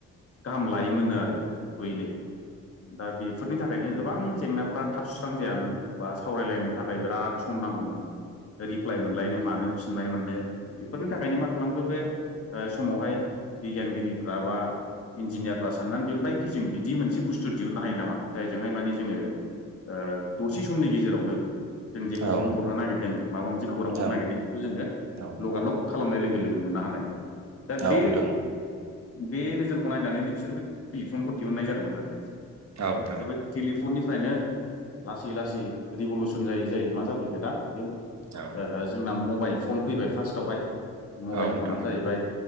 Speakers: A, on the left; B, on the right.
A: गाहाम लायोमोननो आरो। सुयैनो दा बेफोरनि थाखायनो गोबां जेंनाफ्रा थाब सुस्रां जायामोन बा सावरायलायनो थाखाय बिराद सम नांगौमोन रिप्लाइ मोनलायनो मानो। फिननाय मोननो बेफोरनि थाखायनो मा खालामखो बे। समावहाय बिगियानगिरिफ्रा बा इन्जिनियारफ्रा साननानै दिहुनबाय। खि जों बिदि मोनसे बुस्थु दिहुननो हायो नामा जायजोंहाय मानि जोङो ओ दसे समनि गेजे रावनो जों जेखौ
B: नोंथां
A: बुंहरनो नागिरदों माबा मोनसे खौरां हरनो
B: औ
A: नागिरदों बेखौ जोङो
B: औ
A: लगालग खालामनाय लोगो लो गो मोननो हानाय
B: नोंथां
A: दा बे
B: औ
A: बे नोजोरखौ नायनानैनो बिसोर बे टेलिफनखौ दिहुननाय जादोंमोन आरो।
B: औ नोंथां
A: दा
B: औ
A: बे टेलिफन निफ्रायनो लासै लासै रिभलुसन जायै जाय मा जाफैखो दा बे ओ
B: औ
A: जोंना मबाइल। फन फैबाय फार्स्टआवहाय मबाइल
B: औ नोंथां
A: फना जाहैबाय